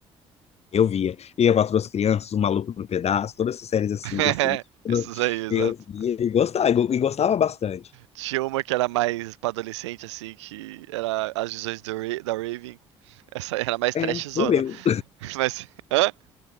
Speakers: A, on the left (about 45°); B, on the right (about 85°).
A: Eu via. Eu, Quatro das Crianças, O Maluco no Pedaço, todas essas séries assim,
B: <laughs>
A: desse,
B: Esses aí, exato.
A: eu via e gostava, e gostava bastante.
B: Tinha uma que era mais pra adolescente, assim, que era As Visões do Ra- da Raven. Essa era mais trashzona.
A: É, sou eu.
B: <laughs> Mas. Hã?